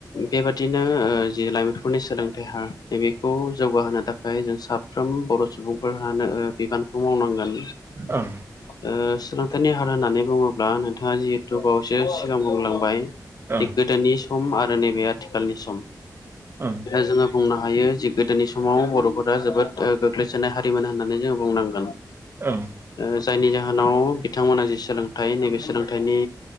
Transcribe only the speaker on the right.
ओं
ओं
ओं
ओं।